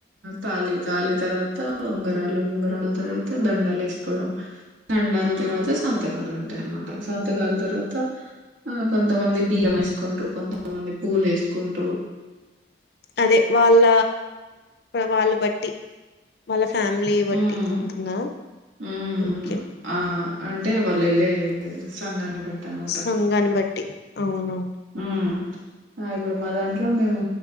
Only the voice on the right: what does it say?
తాళి తాళి తర్వాత ఉంగ రాలు ఉంగరాల తర్వాత దండలు వేసుకోవడం దండలు తర్వాత సంతకాలు ఉంటాయినమాట సంతకాల తర్వాత ఆ కొంతమంది బియ్యం వేసుకుంటారు కొంతమంది పూలు వేసుకుంటారు
ఉమ్
ఉమ్
ఆ అంటే వాళ్ళు వెళ్ళే సంఘాన్ని బట్టి ఇదన్న మాట
ఊ ఆ ఇప్పుడు మా దాంట్లో మేము